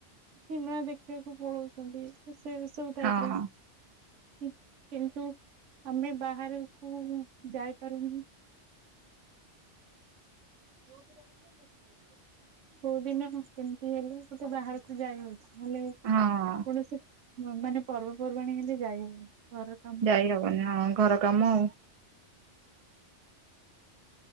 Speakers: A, on the right; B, on the right.
A: ସିନେମା ଦେଖିବାକୁ ପଳଉଛନ୍ତି ସେ ସବୁ ଟାଇପ୍
B: ହଁ।
A: ର। ହୁଁ କିନ୍ତୁ ଆମେ ବାହାରକୁ ଯାଇପାରୁନୁ। ଯୋଉ ଦିନ ହେଲେ <unintelligible> କୋଉ ଦିନ ହେଁ କେମିତି ହେଲେ ଗୋଟେ ବାହାରକୁ ଯାଇହଉଛି। ନହଲେ
B: ହଁ
A: କୌଣସି ମ ମାନେ ପର୍ବପର୍ବାଣୀ ହେଲେ ଯାଇହବନି ଘରର କାମ
B: ଯାଇ ହବନି ହଁ ଘର କାମ ଆଉ।